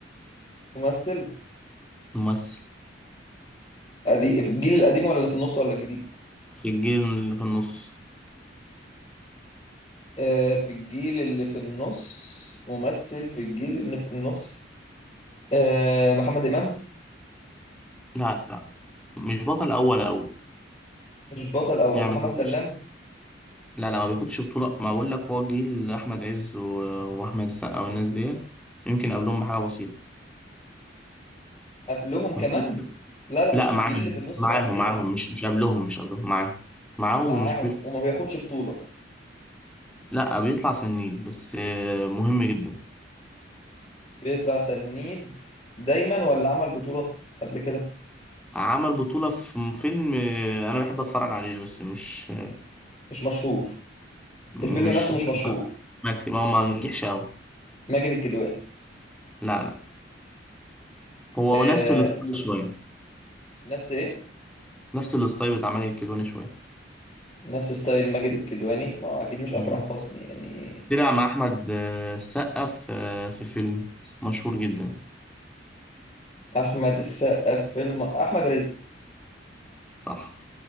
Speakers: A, on the left; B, in the centre.
A: ممثل
B: ممثل
A: قديم في الجيل القديم ولا اللي في النص ولا الجديد
B: في الجيل اللي في النص
A: آه، في الجيل اللي في النص ممثل في الجيل اللي في النص آه، محمد إمام
B: لا لا مش بطل اول قوي
A: مش بطل أول
B: يعني
A: محمد
B: ما بياخدش
A: سلام
B: لا لا ما بياخدش بطولة ما بقول لك هو جيل احمد عز و- واحمد السقا والناس ديت يمكن قبلهم بحاجة بسيطة
A: قبلهم كمان
B: ما تقول- <laughs>
A: لا ده مش
B: لا معاهم
A: الجيل اللي في النص
B: معاهم
A: بقى الجيل
B: معاهم
A: القديم
B: مش مش قبلهم مش قبلهم معاهم معاهم
A: معاهم
B: ومش كبير
A: وما بياخدش بطولة
B: لا بيطلع سنين بس آه، مهم جدا
A: بيطلع سنيد دايما ولا عمل بطولة قبل كده
B: عمل بطولة في فيلم آه، انا بحب اتفرج عليه بس مش
A: مش مشهور
B: مش
A: الفيلم نفسه مش مشهور
B: ما ما ما نجحش قوي
A: ماجد الكدواني
B: لا لا هو
A: آه،
B: نفس الستايل شوية
A: نفس إيه
B: نفس الستايل بتاع ماجد الكدواني شوية
A: نفس ستايل ماجد الكدواني ما هو أكيد مش
B: مم.
A: أكرم حسني يعني
B: طلع مع أحمد آه، السقا في آه، في فيلم مشهور جدا
A: أحمد السقا في فيلم أحمد رزق
B: صح